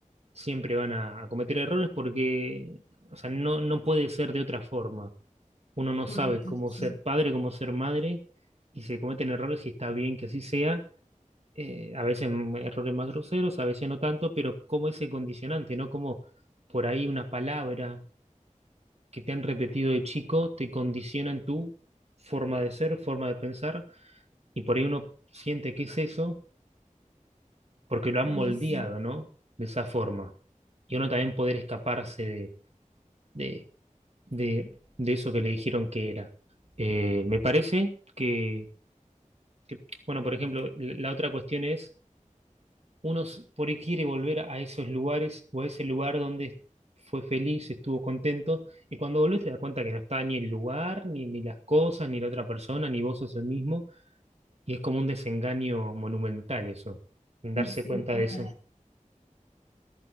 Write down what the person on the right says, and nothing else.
siempre van a, a cometer errores porque, o sea, no, no puede ser de otra forma. Uno no
sabe cómo
ser padre, cómo ser madre, y se cometen errores y está bien que así sea eh, a veces m- errores más groseros, a veces no tanto, pero como ese condicionante, ¿no? Como por ahí una palabra que te han repetido de chico te condiciona en tu forma de ser, forma de pensar, y por ahí uno siente que es eso porque lo han
moldeado,
¿no? De esa forma. Y uno también poder escaparse de, de, de, de eso que le dijeron que era. Eh, me parece que, que, bueno, por ejemplo, la la otra cuestión es uno s- por ahí quiere volver a esos lugares o a ese lugar donde fue feliz, estuvo contento, y cuando volvés te das cuenta que no está ni el lugar, ni, ni las cosas, ni la otra persona, ni vos sos el mismo, y es como un desengaño monumental eso, darse
Sí,
cuenta
de eso.